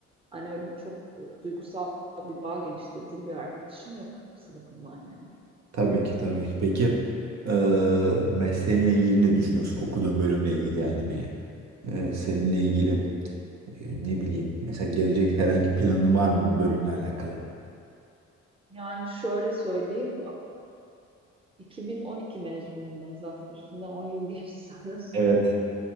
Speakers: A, on the right; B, on the right.
A: hani öyle çok e, duygusal bir bağ geliştirdiğim bir arkadaşım yok sınıfımdan yani.
B: Tabii ki tabii ki. Peki eee mesleğinle ilgili ne düşünüyorsun? Okuduğun bölümle ilgili yani bir eee, seninle ilgili eee, ne bileyim mesela gelecek herhangi planın var mı bu bölümle alakalı?
A: Yani şöyle söyleyeyim, 2012 mezunuyum ben zaten üstünden 10 yıl geçsiniz.
B: Evet.